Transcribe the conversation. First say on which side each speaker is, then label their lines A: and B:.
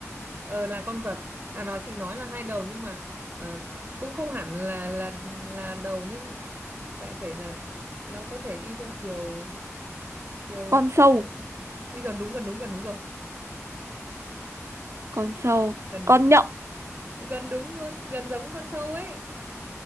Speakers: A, on the right; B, on the right.
A: ờ, là con vật à nói chị nói là hai đầu nhưng mà ờ, cũng không hẳn là là là đầu nhưng đại thể là nó có thể đi theo chiều chiều
B: con sâu
A: đi gần đúng gần đúng gần đúng rồi
B: con sâu
A: gần đúng
B: con nhộng
A: gần đúng luôn gần giống con sâu ấy